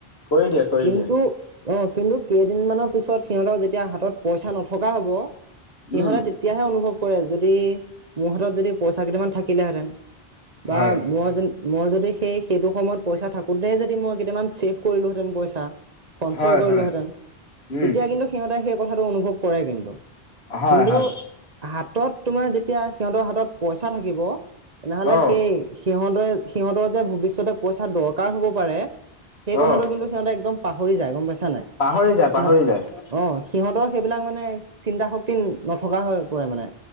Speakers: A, on the left; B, on the right.
A: কৰি দিয়ে কৰি
B: কিন্তু
A: দিয়ে
B: অ কিন্তু কেইদিনমানৰ পিছত সিহঁতৰ যেতিয়া হাতত পইচা নথকা হব সিহঁতে
A: উম
B: তেতিয়াহে অনুভৱ কৰে যদি মোৰ হাতত যদি পইচা কেইটামান থাকিলেহেতেন বা
A: হয়
B: মই যেন মই যদি সেই সেইটো সময়ত পইচা থাকোতে যদি মই কেইটামান ছেভ কৰিলোহেঁতেন পইচা সঞ্চয়
A: হয়
B: কৰিলোহেঁতেন
A: হয় উম
B: তেতিয়া কিন্তু- সিহঁতে কথাটো অনুভৱ কৰে কিন্তু-কিন্তু
A: হয় হয়
B: হাত হাতত তোমাৰ যেতিয়া সিহঁতৰ হাতত পইচা থাকিব তেনেহলে
A: অ
B: সেই সিহঁতে সিহঁতৰ যে ভৱিষ্যতে পইচা দৰকাৰ হ'ব পাৰে সেই কথাটো
A: অ
B: কিন্তু সিহঁতে একদম পাহৰি যায় গম পাইছা নাই
A: পাহৰি যায়
B: সিহঁত
A: পাহৰি যায়
B: অ', সিহঁতৰ সেইবিলাক মানে চিন্তা শক্তি নথকা হৈ পৰে মানে